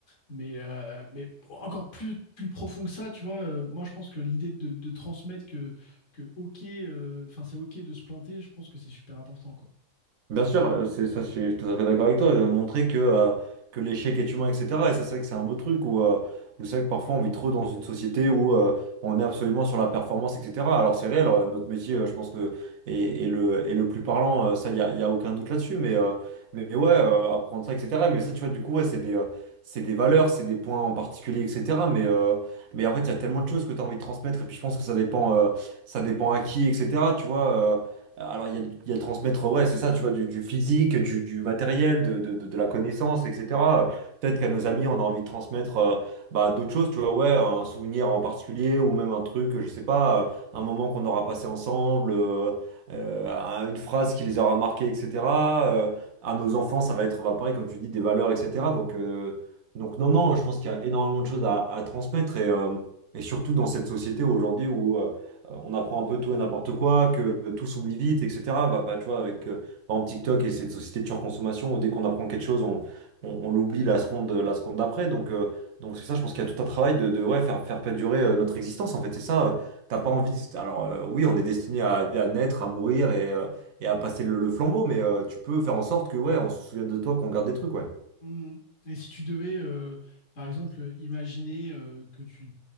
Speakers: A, on the left; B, on the right.
A: mais euh, mais encore plus plus profond que ça tu vois euh, moi je pense que l'idée de, de transmettre que que ok euh, enfin c'est ok de se planter je pense que c'est super important quoi
B: Bien sûr, euh, c'est ça, je suis je tout à fait d'accord avec toi. euh, Montrer que, euh, que l'échec est humain, etc. Et ça, c'est vrai que c'est un beau truc où, euh, où c'est vrai que parfois on vit trop dans une société où euh, on est absolument sur la performance, etc. Alors c'est réel, euh, notre métier, euh, je pense que est, est le, est le plus parlant, euh, ça, il n'y a, y a aucun doute là-dessus. Mais, euh, mais, mais ouais, euh, apprendre ça, etc. Mais ça, tu vois, du coup, ouais, c'est des, euh, c'est des valeurs, c'est des points en particulier, etc. Mais, euh, mais en fait, il y a tellement de choses que tu as envie de transmettre. Et puis je pense que ça dépend, euh, ça dépend à qui, etc. Tu vois. euh, euh, Alors, il y a, il y a transmettre, ouais, c'est ça, tu vois, du, du physique, du, du matériel, de, de, de- de la connaissance, etc. Euh, Peut-être qu'à nos amis, on a envie de transmettre euh, bah, d'autres choses, tu vois, ouais, un souvenir en particulier ou même un truc, je sais pas, euh, un moment qu'on aura passé ensemble, euh, euh, un- une phrase qui les aura marqués, etc. Euh, à nos enfants, ça va être, bah, pareil, comme tu dis, des valeurs, etc. Donc, euh, donc non, non, je pense qu'il y a énormément de choses à, à transmettre et, euh, et surtout dans cette société aujourd'hui où. euh, euh, on apprend un peu tout et n'importe quoi, que tout s'oublie vite, etc. Bah, bah, tu vois, avec euh, par exemple TikTok et cette société de surconsommation, dès qu'on apprend quelque chose, on, on, on l'oublie la seconde, la seconde d'après. Donc, euh, donc c'est ça, je pense qu'il y a tout un travail de, de ouais, faire, faire perdurer euh, notre existence. En fait, c'est ça, euh, t'as pas envie. c'est- Alors, euh, oui, on est destiné à, à naître, à mourir et, euh, et à passer le, le flambeau, mais euh, tu peux faire en sorte que ouais, on se souvienne de toi, qu'on garde des trucs, ouais.
A: Mm. et si tu devais euh, par exemple imaginer euh, que tu